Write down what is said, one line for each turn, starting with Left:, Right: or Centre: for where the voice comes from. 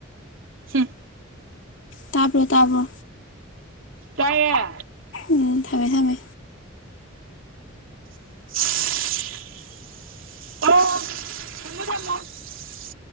Right: ꯍꯝ
Left: ꯇꯥꯕ꯭ꯔꯣ ꯇꯥꯕ꯭ꯔꯣ
Right: ꯇꯥꯢꯌꯦ
Left: ꯎꯝ ꯊꯝꯃꯦ ꯊꯝꯃꯦ
Right: ꯑꯣ ꯊꯝꯃꯣ ꯊꯝꯃꯣ